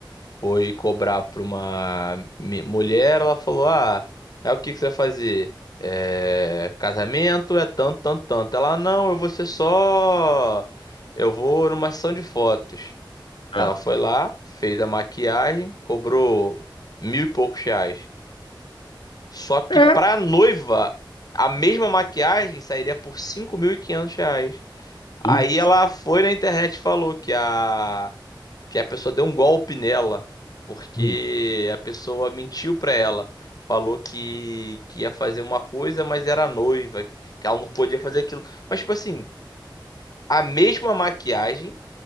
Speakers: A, on the left (about 50°); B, on the left (about 85°).
A: foi cobrar para uma mi- mulher, ela falou: Ah, é o que que você vai fazer? É, casamento é tanto, tanto, tanto. Ela, não, eu vou ser só. Eu vou numa sessão de fotos.
B: É.
A: Ela foi lá, fez a maquiagem, cobrou mil e poucos reais. Só que
B: É.
A: pra noiva, a mesma maquiagem sairia por 5.500 reais.
B: Putz.
A: Aí ela foi na internet e falou que a, que a pessoa deu um golpe nela, porque
B: Hum.
A: a pessoa mentiu pra ela. Falou que, que ia fazer uma coisa, mas era noiva, que ela não podia fazer aquilo. Mas, tipo assim, a mesma maquiagem